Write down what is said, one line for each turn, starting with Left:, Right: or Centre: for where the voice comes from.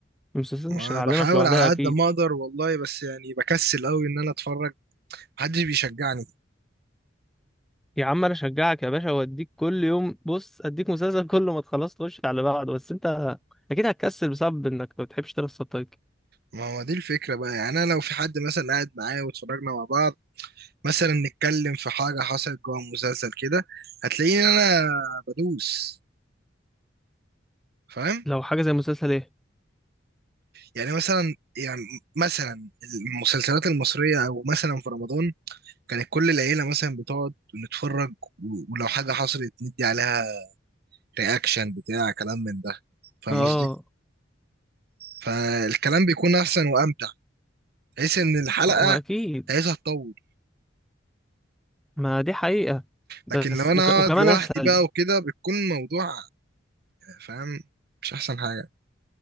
Centre: المسلسلات
Right: ما
Centre: مش هتعلمك
Right: بحاول
Centre: لوحدها
Right: على
Centre: اكيد
Right: قد ما اقدر والله بس يعني بكسل قوي ان انا اتفرج محدش بيشجعني
Centre: يا عم انا اشجعك يا باشا واديك كل يوم بص اديك مسلسل كل ما تخلص تخش على بعض بس انت اكيد هتكسل بسبب انك ما بتحبش تقرا السبتايتل
Right: ما هو دي الفكرة بقى يعني أنا لو في حد مثلا قاعد معايا واتفرجنا مع بعض مثلا نتكلم في حاجة حصلت جوه المسلسل كده هتلاقيني أنا بدوس فاهم
Centre: لو حاجة زي مسلسل ايه
Right: يعني مثلا يعني مثلا المسلسلات المصرية أو مثلا في رمضان كانت كل العيلة مثلا بتقعد نتفرج و- ولو حاجة حصلت ندي عليها رياكشن بتاع كلام من ده فاهم
Centre: اه
Right: قصدي؟ فالكلام بيكون أحسن وأمتع بحيث إن الحلقة
Centre: واكيد
Right: عايزها تطول
Centre: ما دي حقيقة بس
Right: لكن لو انا
Centre: وك... وكمان
Right: اقعد لوحدي
Centre: اسهل
Right: بقى وكده بيكون موضوع فاهم مش احسن حاجه